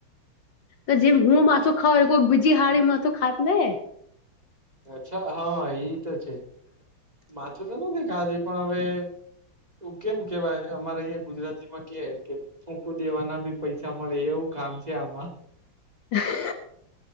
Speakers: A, on the left (about 60°); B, on the right (about 20°).
A: તો જેમ હું માથુ ખાઉ કોઈક બીજી હાડી માથુ ખાત ને
B: અચ્છા હા એ તો છે, માથું તો નથી ખાધું પણ હવે ઓ કેમ કેવાય અમારે અયા ગુજરાતીમાં કે કે મૂકું દેવાના બી પૈસા મળે એવું કામ છે આમાં
A: હા